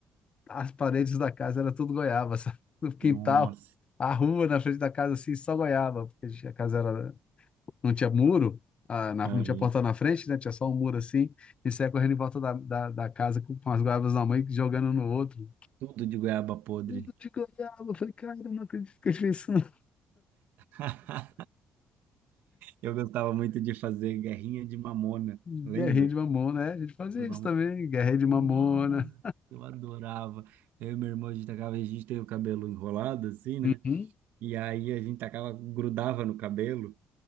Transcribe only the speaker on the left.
as paredes da casa era tudo goiaba, <laughs> sabe? No quintal,
a rua na frente da casa, assim, só goiaba, porque a gente- a casa era, não tinha muro, ah, na-
não tinha porta na frente, né? Tinha só um muro assim. E saía correndo em volta da, da, da casa com, com as guardas na mãe jogando no outro.
Tudo de goiaba. Eu falei, cara, eu não acredito que eu fiz isso. não."
Guerrinha
de mamona, né? A gente fazia
isso também, guerrinha de mamona.
Uhum.